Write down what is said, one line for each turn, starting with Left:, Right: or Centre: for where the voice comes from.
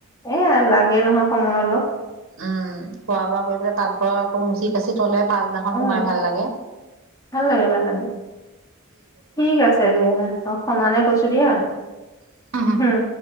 Left: এয়া লাগে নহয় সময় অলপ।
Right: উম খোৱা বোৱা কৰি পেলে পাকঘৰ আকৌ মুচি কাচি থলে। পাছদিনাখন সোমাই
Left: উম
Right: ভাল লাগে।
Left: ভাল লাগে ভাল লাগে ঠিক আছে দিয়া ত সমানে কৈছো দিয়া।
Right: দিয়ক
Left: উম।